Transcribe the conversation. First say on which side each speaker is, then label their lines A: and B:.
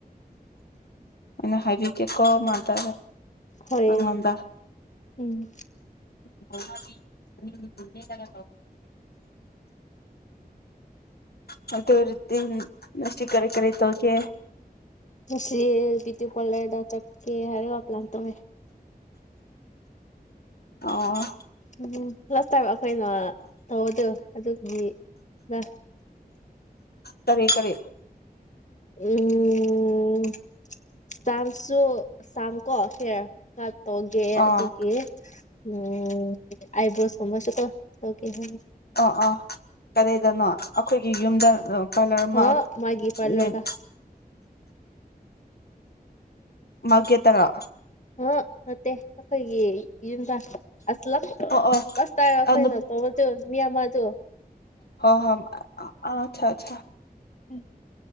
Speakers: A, on the left; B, on the left.
A: ꯑꯩꯅ ꯍꯥꯏꯕꯤꯒꯦꯀꯣ ꯃꯥꯗ
B: ꯍꯣꯏ
A: ꯑꯩꯉꯣꯟꯗ
B: ꯎꯝ
A: <unintelligible> ꯍꯧꯇꯨ ꯑꯣꯏꯔꯗꯤ ꯅꯁꯤ ꯀꯔꯤ ꯀꯔꯤ ꯇꯧꯒꯦ
B: ꯉꯁꯤ ꯕꯤꯇꯨ ꯄꯔꯂꯔꯗ ꯆꯛꯀꯦ ꯍꯥꯏꯔꯒ ꯄ꯭ꯂꯥꯟ ꯇꯧꯋꯦ
A: ꯑꯣ
B: ꯎꯝ ꯂꯥꯁ ꯇꯥꯏꯝ ꯑꯩꯈꯣꯏꯅ ꯇꯧꯕꯗꯨ ꯑꯗꯨꯒꯤꯗ
A: ꯇꯔꯤ ꯀꯔꯤ
B: ꯎꯝ ꯆꯝꯁꯨ ꯆꯝ ꯀꯣ ꯍꯦꯔ ꯈꯔ ꯇꯧꯒꯦ
A: ꯑꯣ
B: ꯑꯗꯨꯒꯤ ꯎꯝ ꯑꯥꯏꯕ꯭ꯔꯣꯁ ꯀꯨꯝꯕꯁꯨꯀꯣ ꯇꯧꯒꯦ ꯍꯥꯏꯅ
A: ꯑ ꯑꯥ ꯀꯔꯤꯗꯅꯣ ꯑꯈꯣꯏꯒꯤ ꯌꯨꯝꯗ ꯑꯣ ꯀꯂꯔ ꯑꯃ
B: ꯍꯥ ꯃꯥꯒꯤ ꯄꯥꯔꯂꯔꯗ
A: ꯂꯩꯕ ꯃꯥꯀꯦꯠꯇꯔ
B: ꯍ ꯅꯠꯇꯦ ꯑꯈꯣꯏꯒꯤ ꯌꯨꯝꯗ ꯑꯁ ꯂꯁ
A: ꯑꯣ
B: ꯂꯥꯁꯇꯥꯏꯝ ꯑꯈꯣꯏ
A: ꯑꯣ
B: ꯇꯧꯕꯇꯣ ꯃꯤ ꯑꯃꯇꯨ
A: ꯍꯣ ꯍꯣ ꯑꯆꯥ ꯑꯆꯥ
B: ꯎꯝ